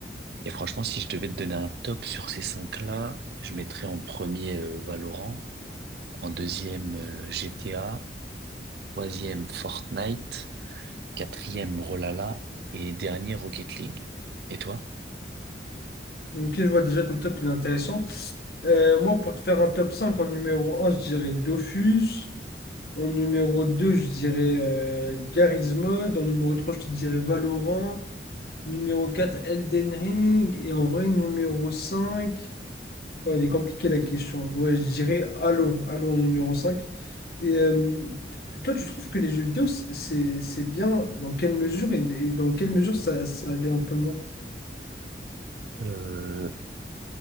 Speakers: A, on the right; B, on the left.
A: Et franchement, si je devais te donner un top sur ces cinq-là, je mettrais en premier euh, Valorant, en deuxième euh, GTA, troisième Fortnite, quatrième Brawlhalla et dernier Rocket League. Et toi?
B: Ok, je vois déjà ton top, il est intéressant. Euh, moi, pour te faire un top 5, en numéro un, je dirais Dofus. En numéro 2, je dirais euh, Garry's Mod. En numéro 3, je te dirais Valorant. Numéro 4, Elden Ring. Et en vrai, numéro 5. Ouais, elle est compliquée la question. Ouais, je dirais Halo, Halo en numéro cinq Et euh, t- toi, tu trouves que les jeux vidéo, c- c'est c'est bien dans quelle mesure et, et dans quelle mesure ça, ça l'est un peu moins?
A: Euh,